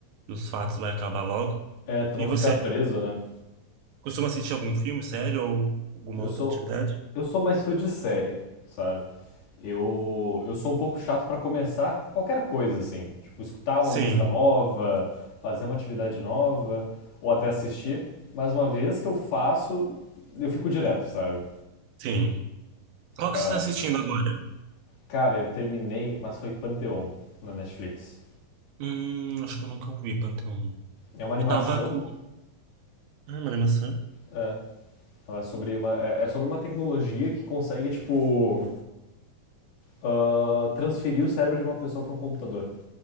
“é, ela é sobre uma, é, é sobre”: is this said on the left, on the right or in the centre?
Left